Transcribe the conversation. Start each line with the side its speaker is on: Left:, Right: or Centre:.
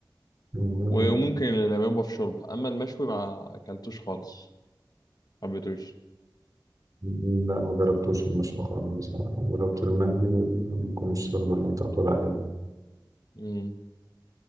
Right: مهم.
Left: وممكن اليابان بقى في شرب أما المشوي ما أكلتوش خالص ما حبيتوش
Right: لا ما جربتوش المشوي خالص بصراحة جربت المقلي وممكن الشرب اللي أنت بتقول عليه ده.
Left: مم.